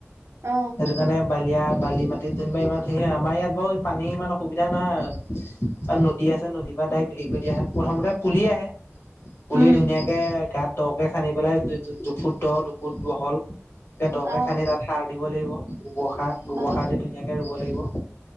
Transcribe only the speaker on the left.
সেইটো কাৰণে বা লিয়া বালি মাটিত যেনিবা ইমান সেইয়া আমাৰ ইয়াত বাৰু পানী ইমান অসুবিধা নাই। আৰু নদী আছে নদীৰ পৰা ডাইক হেৰি কৰি আহে প্ৰথমতে পুলি আহে পুলি
ধুনীয়াকে গাত দকে খান্দি পেলাই দুফুট দ দুফুট বহল তে দকে
খানি তাত সাৰ দিব লাগিব গোবৰ গোবৰ
সাৰ দি ধুনীয়াকে ৰুব লাগিব